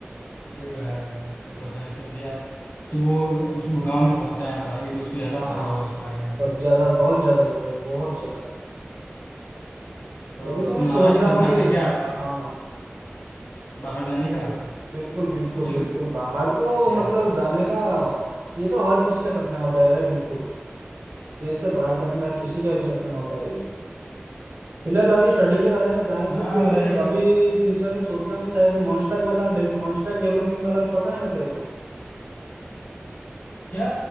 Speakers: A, on the left; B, on the right.
A: ये तो है वो तो है क्योंकि यार कि वो उस मुकाम पे पहुंचा है ना भाई तो उसको ज़्यादा
B: हाँ
A: पता होगा उस बारे में
B: बहुत ज्यादा बहुत ज्यादा बताए बहुत ज्यादा
A: तो
B: अभी तो मैं
A: तुम्हारा
B: सोच
A: भी
B: रहा
A: सपना
B: हूँ कि
A: है क्या बा,
B: हाँ
A: बाहर जाने
B: बिल्कुल
A: का
B: बिल्कुल
A: तुम
B: बिल्कुल
A: सोचे
B: बिल्कुल
A: हो
B: बाहर तो
A: क्या
B: मतलब जाने का ये तो हर किसी का सपना होता है भाई बिल्कुल देश से बाहर जाने का हर किसी का भी सपना होता है ये फिलहाल अभी स्टडी के बारे में जाएं
A: हाँ
B: तो फिर
A: मतलब
B: अभी
A: एक
B: अभी फ्यूचर में सोच रहा हूँ शायद मॉन्स्टैक वाला मॉन्स्टैक डेवलपिंग वाला पता है ना तेरे को
A: क्या